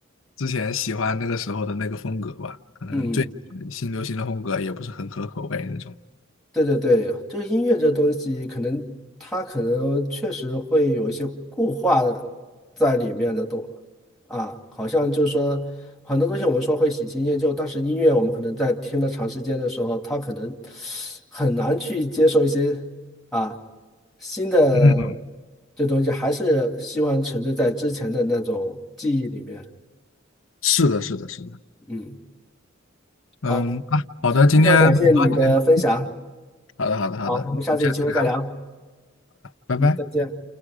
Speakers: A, on the left; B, in the centre.
A: 之前喜欢那个时候的那个风格吧。可能最新流行的风格也不是很合口味那种。
B: 嗯。对对对，就是音乐这东西，可能它可能确实会有一些固化在里面的东啊，好像就是说很多东西我们说会喜新厌旧，但是音乐我们可能在听了长时间的时候，它可能很难去接受一些啊新的
A: 嗯，
B: 这东西，还是希望沉醉在之前的那种记忆里面。
A: 是的，是的，是的。
B: 嗯，
A: 嗯啊，
B: 好，
A: 好的，今天很高兴。
B: 非常感谢你的分享，
A: 好的，好的，好的，
B: 好，
A: 我们下次再聊，
B: 我们下次有机会再聊，
A: 拜拜。
B: 嗯，再见。